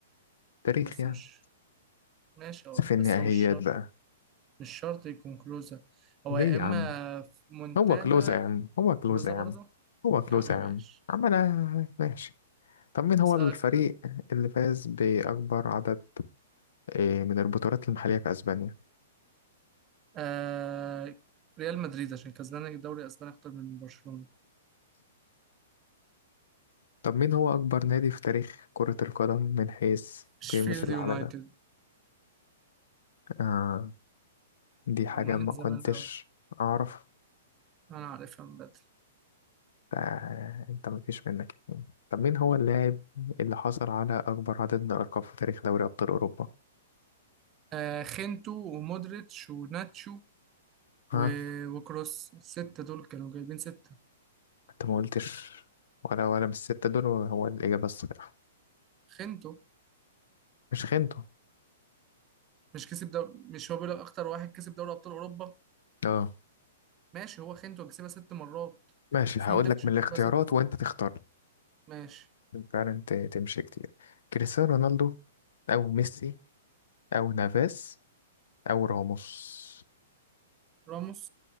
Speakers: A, on the left; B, on the right.
A: تاريخ
B: بس
A: يعني
B: مش ماشي هو
A: في النهائيات
B: بس هو مش شرط
A: بقى
B: مش شرط يكون كلوزة هو
A: ليه
B: يا
A: يا
B: إما
A: عم
B: في مونتانا
A: هو كلوزة يا عم هو كلوزة
B: كلوزة
A: يا
B: برضو
A: عم هو كلوزة
B: يا عم ماشي
A: يا عم عملها ماشي طب مين هو
B: أسألك
A: الفريق اللي فاز بأكبر عدد إيه، من البطولات المحلية في أسبانيا
B: أه ريال مدريد عشان كسبان الدوري الأسباني أكتر من برشلونة
A: طب مين هو أكبر نادي في تاريخ كرة القدم من حيث
B: شفيلد
A: قيمة العلبة
B: يونايتد
A: آه دي
B: معمول
A: حاجة
B: من
A: ما
B: زمان
A: كنتش
B: أوي
A: أعرف
B: أنا عارفها من بدري
A: فأنت مفيش منك يعني. طب مين هو اللاعب اللي حصل على أكبر عدد من الألقاب في تاريخ دوري أبطال أوروبا؟
B: آه خينتو ومودريتش وناتشو
A: ها
B: و... وكروس الستة دول كانوا جايبين ستة
A: انت ما قلتش ولا ولا من الستة دول هو الإجابة الصحيحة
B: خنتو
A: مش خنته
B: مش كسب دوري مش هو بيقول لك أكتر واحد كسب دوري أبطال أوروبا
A: اه
B: ماشي هو خنتو كسبها ست مرات
A: ماشي
B: وفي
A: هقول
B: ناتشو
A: لك من الاختيارات
B: كسبها ست مرات
A: وانت تختار لي.
B: ماشي
A: عشان فعلا ت- تمشي كتير كريستيانو رونالدو او ميسي او نافاس او راموس
B: راموس